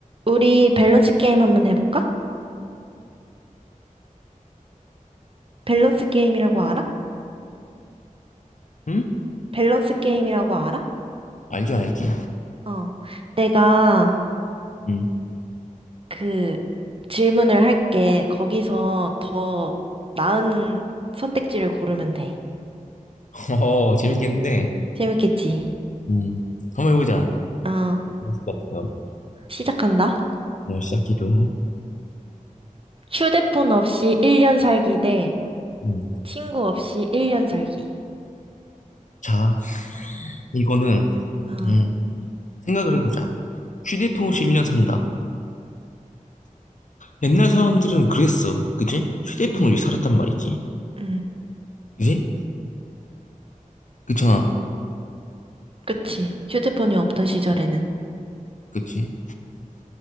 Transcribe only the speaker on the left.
응?
알죠, 알지.
응.
<laughs> 어, 재밌겠는데.
음. 한번 해보자.
재밌을 것 같아요.
네, 시작해줘.
음.
자, 이거는,
음, 생각을 해보자. 휴대폰 없이 1년 산다. 옛날 사람들은 그랬어. 그지? 휴대폰
없이 살았단 말이지.
그지? 그잖아. 렇
그치?